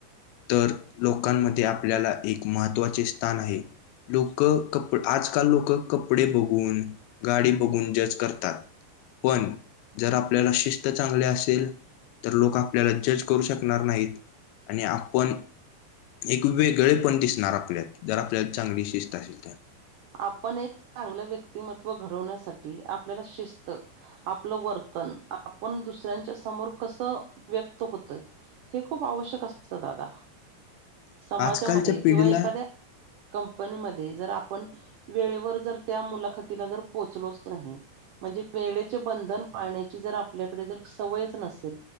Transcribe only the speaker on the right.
आपण एक चांगलं व्यक्तिमत्व घडवण्यासाठी आपल्याला शिस्त. आपलं वर्तन आपण दुसऱ्यांच्या समोर कस व्यक्त होतय. हे खूप आवश्यक असतं दादा.
समाजामध्ये
किंवा एखाद्या कंपनीमध्ये जर आपण वेळेवर जर त्या मुलाखतीला जर पोहोचलोच नाही. म्हणजे वेळेचे बंधन पाळण्याची जर आपल्याकडे जर सवयच नसेल.